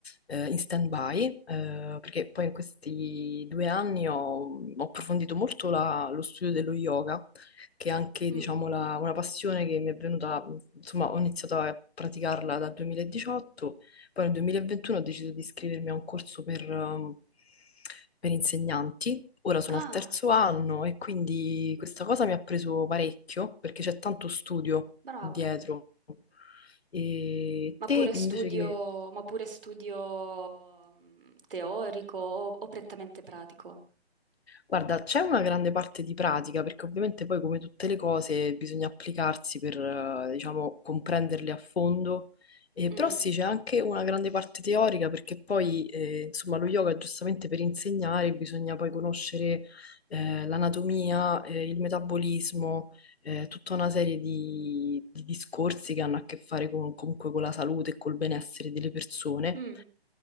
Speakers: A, on the left; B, on the right.
A: eh, in stand-by, eh, perché poi in questi due anni ho, ho approfondito molto la- lo studio dello yoga, che è anche,
B: Mm.
A: diciamo, la- una passione che mi è venuta, insomma, ho iniziato a praticarla dal 2018 poi nel 2021 ho deciso di iscrivermi a un corso per, ehm, per insegnanti. Ora sono
B: Ah,
A: al terzo anno e quindi questa cosa mi ha preso parecchio perché c'è tanto studio
B: brava.
A: dietro. E
B: Ma
A: te
B: pure studio,
A: invece che...
B: ma pure studio mm, teorico o, o prettamente pratico?
A: Guarda, c'è una grande parte di pratica, perché ovviamente poi come tutte le cose bisogna applicarsi per, eh, diciamo, comprenderle a fondo, Eh,
B: Mm.
A: però sì, c'è anche una grande parte teorica, perché poi, eh, insomma, lo yoga giustamente per insegnare bisogna poi conoscere, eh, l'anatomia, eh, il metabolismo, eh, tutta una serie di, di discorsi che hanno a che fare con- comunque con la salute e col benessere delle persone.
B: Mm.